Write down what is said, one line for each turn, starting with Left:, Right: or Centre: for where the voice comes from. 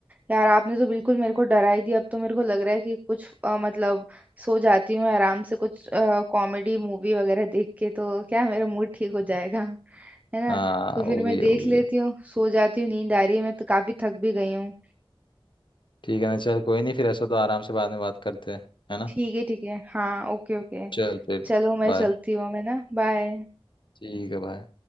Right: यार आपने तो बिल्कुल मेरे को डरा ही दिया अब तो मेरे को लग रहा है कि कुछ अ, मतलब सो जाती हूँ आराम से कुछ कॉमेडी मूवी वगैरह देख के तो क्या मेरा मूड ठीक हो जाएगा <laughs> है ना
Left: हाँ
Right: तो फिर
Left: वो
Right: मैं
Left: भी
Right: देख
Left: है वो भी
Right: लेती
Left: है
Right: हूँ सो जाती हूँ नींद आ रही है मैं तो काफी थक भी गई हूँ
Left: ठीक है ना चल कोई नहीं फिर ऐसा तो आराम से बाद में बात करते हैं है ना
Right: ठीक है ठीक है हाँ ओके ओके
Left: चल फिर
Right: चलो मैं
Left: बाय
Right: चलती हूँ मैं ना बाय
Left: ठीक है बाय